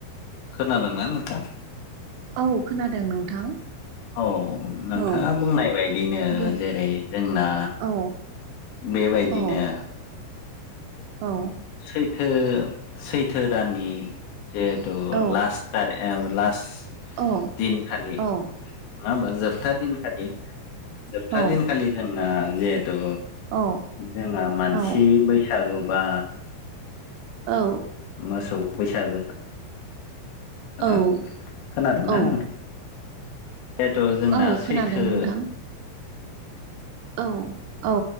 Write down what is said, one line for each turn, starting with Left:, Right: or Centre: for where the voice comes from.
Left: खोनादोंना नोंथां
Right: औ खोनादों नोंथां।
Left: औ नोंथाङा
Right: औ
Left: बुंनाय बायदिनो
Right: बुं
Left: जेरै जोंना।
Right: औ
Left: बेबायदिनो।
Right: औ औ।
Left: सैथो सैथो दाननि जिहेथु
Right: औ
Left: लास्ट थारिख। एबलास।
Right: औ
Left: दिनखालि नङा
Right: औ
Left: होमबा जोबथा दिनखालि जोबथा
Right: औ
Left: दिनखालि। जोंना जिहेथु
Right: औ
Left: जोंना मानसि
Right: औ
Left: बैसागु बा
Right: औ।
Left: मोसौ बैसागो नोंथां।
Right: औ
Left: खोनादोंना
Right: औ
Left: नोंथां? जिहेथु जोंना
Right: औ
Left: सैथो
Right: खोनादों नोंथां औ औ।